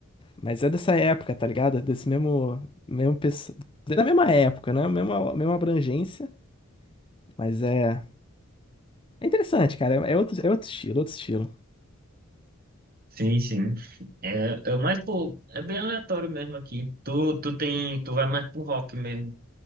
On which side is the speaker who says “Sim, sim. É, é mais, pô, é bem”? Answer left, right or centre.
Right